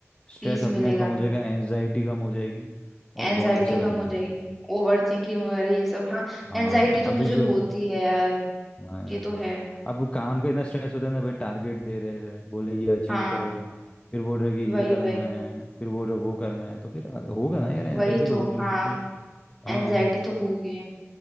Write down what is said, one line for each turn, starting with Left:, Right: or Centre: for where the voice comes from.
Left: स्ट्रेस
Centre: पीस
Left: अपने
Centre: मिलेगा
Left: आप कम हो जाएगा एंजाइटी कम हो जाएगी और
Centre: एनजाइटी
Left: बहुत अच्छा लगने
Centre: कम हो जाएगी
Left: लगेगा
Centre: ओवर थिंकिंग वगैरह ये सब हाँ
Left: हाँ
Centre: एनजाइटी तो
Left: अभी
Centre: मुझे
Left: जो
Centre: होती है यार
Left: हाँ यार
Centre: ये तो है
Left: अब वो काम का इतना स्ट्रेस होता है ना भाई टारगेट दे रहे हैं बोले ये अचीव
Centre: हाँ
Left: करो फिर बोल रहे हैं कि
Centre: वही
Left: ये करना
Centre: वही
Left: है फिर बोल रहे हैं वो करना है तो फिर आ- होगा ना यार एनजाइटी
Centre: वही तो
Left: तो होगी
Centre: हाँ
Left: ये तो हाँ
Centre: एनजाइटी तो होगी